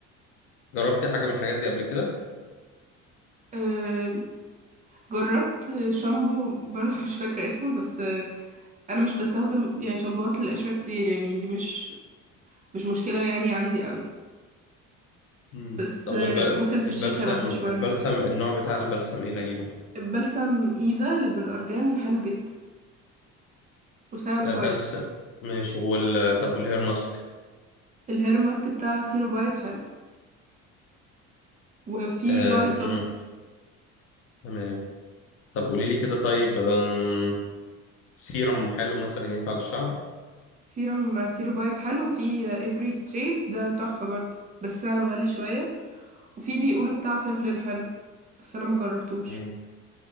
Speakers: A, on the left (about 45°); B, on the right (about 25°).
A: جربتي حاجة من الحاجات دي قبل كده؟
B: آم، جربت شامبو برضه <laughs> مش فاكرة اسمه بس آه، انا مش بستخدم يعني شامبوهات للقشرة كتير يعني دي مش مش مشكلة يعني عندي قوي
A: مم.
B: بس
A: طب
B: آه،
A: والبل...
B: ممكن في
A: البلسم
B: الشتاء بس شوية
A: البلسم النوع بتاع البلسم ايه اللي اجيبه؟
B: البلسم ايفا اللي بالأرجان حلو جدا وسعره
A: آه
B: كويس
A: بلسم ماشي وال... طب والهير ماسك
B: الهير ماسك بتاع سيرو بايب حلو وفي
A: آه...
B: باي سوفت
A: مم. تمام طب قولي لي كده طيب آم... سيرم حلو مثلا ينفع للشعر؟
B: سيرم سيرو بايب حلو وفي افري ستريت ده تحفة برضه بس سعره غالي شوية وفي بيقولوا بتاع فيفلين حلو بس انا ما جربتوش
A: مم.